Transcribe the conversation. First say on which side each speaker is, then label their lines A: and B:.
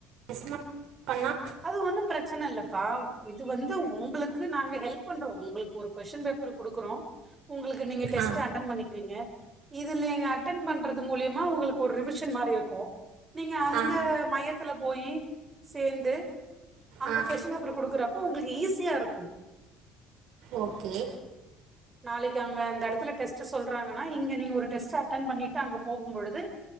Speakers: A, on the right; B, on the right.
A: <unintelligible> பண்ணா
B: அது ஒன்னு பிரச்சன இல்லப்பா இது வந்து உங்ளுக்கு நாங்க ஹெல்ப் பண்றோ உங்ளுக்கு ஒரு கொஸ்டின் பேப்பர் குடுக்குறோ உங்ளுக்கு நீங்க டெஸ்ட்
A: ஆ
B: அட்டன் பண்ணிக்கிறீங்க இது நீங்க அட்டன் பண்றது மூலியமா உங்ளுக்கு ஒரு ரிவிஷன் மாரி இருக்கு நீங்க அந்த
A: ஆ
B: மையத்துல போயி சேர்ந்து அங்க
A: ஆ
B: கொஸ்டின் பேப்பர் குடுக்குறப்ப உங்ளுக்கு ஈஸியா இருக்கு
A: ஓகே
B: நாளைக்கு அங்க அந்த இடத்துல டெஸ்ட் சொல்றாங்கனா இங்க நீங்க ஒரு டெஸ்ட் அட்டெனி பண்ணிட்டு அங்க போகும்பொழுது